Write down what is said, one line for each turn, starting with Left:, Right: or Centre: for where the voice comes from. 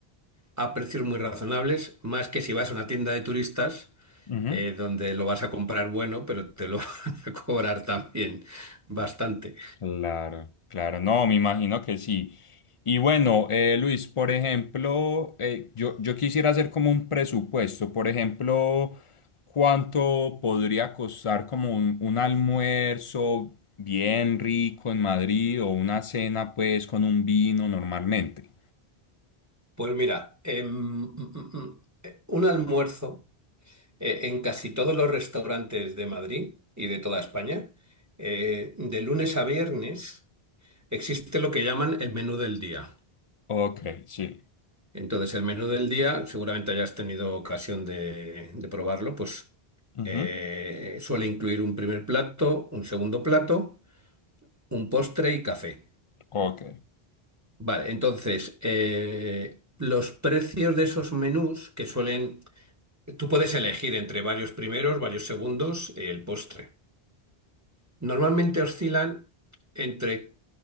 Right: a precios muy razonables, más que si vas a una tienda de turistas,
Left: ujú.
Right: eh, donde lo vas a comprar bueno, pero te lo <laughs> van a cobrar también bastante.
Left: Claro, claro, no, me imagino que sí. Y bueno, eh, Luis, por ejemplo, eh, yo, yo quisiera hacer como un presupuesto, por ejemplo, ¿cuánto podría costar como un, un almuerzo bien rico en Madrid o una cena pues con un vino normalmente?
Right: Pues mira, em, mm, mm, mm, eh, un almuerzo. Eh, En casi todos los restaurantes de Madrid y de toda España, eh, de lunes a viernes existe lo que llaman el menú del día.
Left: Ok, sí.
Right: Entonces, el menú del día, seguramente hayas tenido ocasión de, de probarlo, pues
Left: Ujú.
Right: eh, suele incluir un primer plato, un segundo plato, un postre y café.
Left: Ok,
Right: Vale, entonces, eh, los precios de esos menús que suelen... Tú puedes elegir entre varios primeros, varios segundos, eh, el postre. Normalmente oscilan entre,